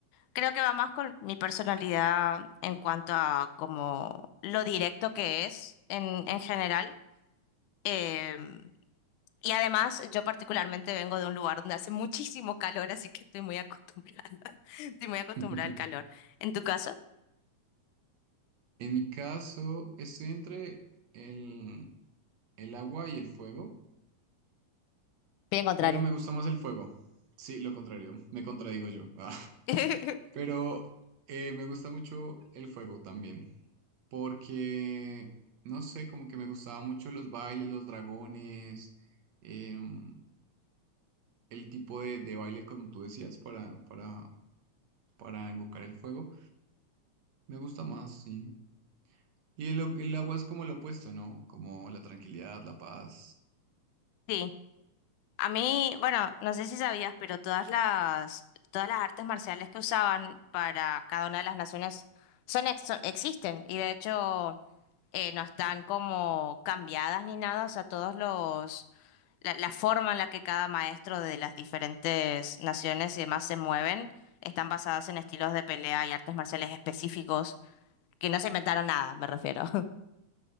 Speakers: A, on the left (about 85°); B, on the right (about 65°).
A: creo que va más con mi personalidad en cuanto a como lo directo que es en, en general. em, Y además, yo particularmente vengo de un lugar donde hace muchísimo calor, así que estoy muy acostumbrada. <laughs> Estoy muy acostumbrada
B: <laughs>
A: al calor. ¿En tu caso?
B: En mi caso, estoy entre el, el agua y el fuego,
A: Bien contrario.
B: pero me gusta más el fuego. Sí, lo contrario, me contradigo yo. <laughs>
A: <laughs>
B: Pero eh, me gusta mucho el fuego también, porque, no sé, como que me gustaba mucho los bailes, los dragones, em, el tipo de, de baile como tú decías para, para, para invocar el fuego. Me gusta más, sí. Y el, o- el agua es como lo opuesto, ¿no? Como la tranquilidad, la paz.
A: Sí. A mí, bueno, no sé si sabías, pero todas las, todas las artes marciales que usaban para cada una de las naciones son, ex- son- existen y de hecho eh, no están como cambiadas ni nada. O sea, todos los la, la forma en la que cada maestro de las diferentes naciones y demás se mueven están basadas en estilos de pelea y artes marciales específicos, que no se inventaron nada, me refiero, <laughs>